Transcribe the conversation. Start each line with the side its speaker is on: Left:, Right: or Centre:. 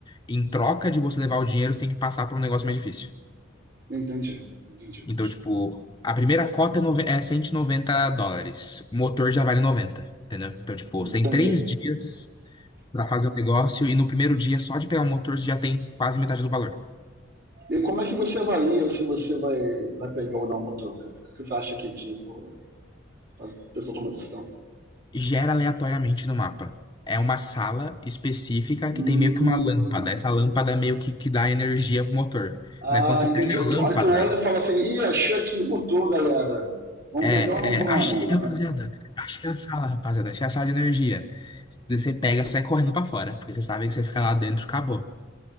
Left: em troca de você levar o dinheiro, você tem que passar pra um negócio mais difícil.
Right: Entendi, entendi,
Left: Então, tipo, a primeira cota é, nove- é 190 dólares. O motor já vale noventa entendeu? Então, tipo,
Right: entendi.
Left: você tem três dias pra fazer o negócio e no primeiro dia, só de pegar o motor, você já tem quase metade do valor.
Right: E como é que você avalia se você vai, vai pegar ou não o motor? O que, que você acha que, tipo, faz a pessoa toma decisão?
Left: gera aleatoriamente no mapa. É uma sala específica
Right: Hum,
Left: que tem meio que uma lâmpada. Essa lâmpada é meio que, que dá energia pro motor,
Right: Ah,
Left: né? Quando você
Right: entendi.
Left: pega
Right: Aí
Left: a lâmpada,
Right: tu, aí tu olha e fala assim, ih, achei aqui, botou, galera. Vamos
Left: é,
Right: pegar ou não vamos?
Left: é, achei, rapaziada. Achei a sala, rapaziada. Achei a sala de energia. Você pega, e sai correndo pra fora, porque você sabe que você fica lá dentro, acabou.